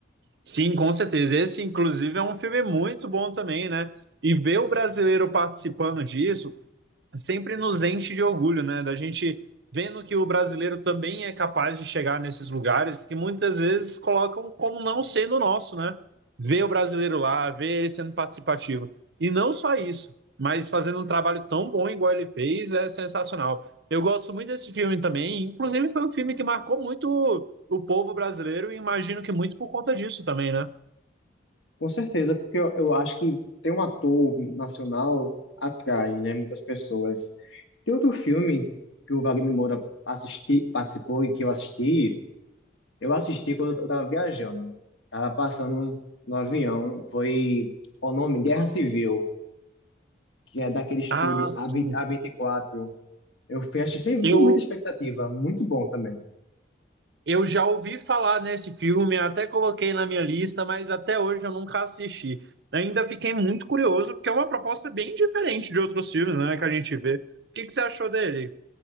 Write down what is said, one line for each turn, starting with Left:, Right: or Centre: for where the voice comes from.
Right: sim, com certeza. Esse, inclusive, é um filme muito bom também, né? E ver o brasileiro participando disso, sempre nos enche de orgulho, né? Da gente vendo que o brasileiro também é capaz de chegar nesses lugares que muitas vezes colocam como não sendo nosso, né? Ver o brasileiro lá, ver ele sendo participativo. E não só isso, mas fazendo um trabalho tão bom igual ele fez é sensacional. Eu gosto muito desse filme também, inclusive foi um filme que marcou muito o povo brasileiro e imagino que muito por conta disso também, né?
Left: Com certeza, porque eu, eu acho que ter um ator nacional atrai, né, muitas pessoas. Tem outro filme que o Wagner Moura assisti, participou e que eu assisti, Eu assisti quando eu tava viajando. Tava passando no avião. Foi o nome Guerra Civil, que é daquele estúdio
Right: Ah, sim.
Left: A20 A24. Eu fui assistir sem,
Right: Eu,
Left: sem muita expectativa. Muito bom também.
Right: Eu já ouvi falar nesse filme, até coloquei na minha lista, mas até hoje eu nunca assisti. Ainda fiquei muito curioso, porque é uma proposta bem diferente de outros filmes, né, que a gente vê. O que que você achou dele?